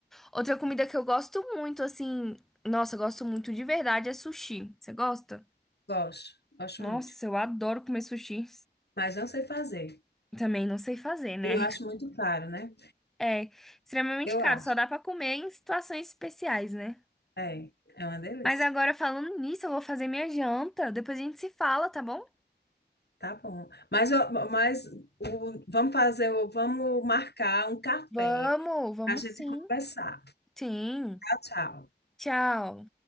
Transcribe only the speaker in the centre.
Outra comida que eu gosto muito, assim, nossa, eu gosto muito de verdade é sushi. Você gosta?
Nossa,
eu adoro comer sushi.
Também não sei fazer, né?
É, extremamente
caro,
só dá pra comer em situações especiais, né?
Mas agora falando nisso, eu vou fazer minha janta, depois a gente se fala, tá bom?
Vamos, vamos
sim.
Sim.
Tchau.